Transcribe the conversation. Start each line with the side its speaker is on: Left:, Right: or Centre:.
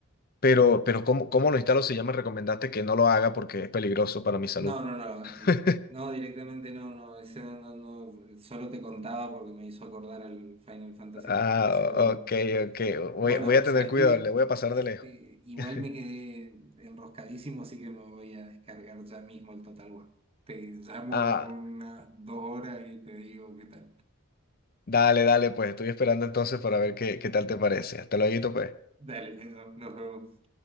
Left: Pero, pero ¿cómo, cómo lo instalo si ya me recomendaste que no lo haga porque es peligroso para mi salud?
Right: No, no, no lo hagas, no lo
Left: <laughs>
Right: hagas. No, directamente no, no, ese no, no, no, solo te contaba porque me hizo acordar al Final Fantasy
Left: Ah,
Right: Tactics, pero
Left: ok, ok. Voy,
Right: Bueno,
Left: voy a tener
Right: ¿sabes
Left: cuidado,
Right: qué?
Left: le voy a pasar
Right: Este,
Left: de lejos.
Right: igual
Left: <laughs>
Right: me quedé enroscadísimo, así que me voy a descargar ya mismo el Total War. Te llamo
Left: Ah,
Right: en unas dos horas y te digo qué tal.
Left: dale, dale, pues estoy esperando entonces para ver qué, qué tal te parece. Hasta luego, pues.
Right: Dale, nos nos vemos.